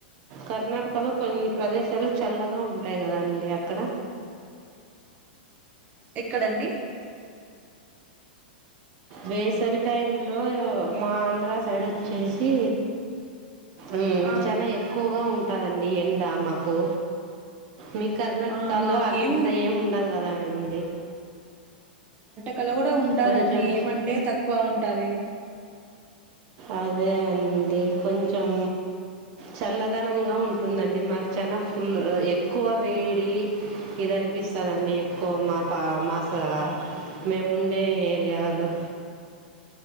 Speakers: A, on the right (about 50°); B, on the right (about 30°).
A: కర్ణాటకలో కొన్ని ప్రదేశాలు చల్లగా ఉంటాయి కదా అండి అక్కడ
B: ఎక్కడండి
A: వేసవి టైంలో మా ఆంధ్ర సైడ్ వచ్చేసి ఉ
B: ఆ
A: చానా ఎక్కువగా ఉంటాదండి ఎండ మాకు మీ కర్ణాటకలో
B: ఆ మాకేం
A: అంత ఏమి ఉండదు కదా అండి
B: క్కలో కూడా ఉంటాదండి
A: కొంచెం
B: ఏమంటే తక్కువ ఉంటాది
A: అదే అండి కొంచెం చల్లదనంగా ఉంటుందండి మాకు చానా ఫుల్ ఎక్కువ వేడి ఇదాని పిస్తదండి ఎక్కువ మా పా మా స మేముండే ఏరియాలో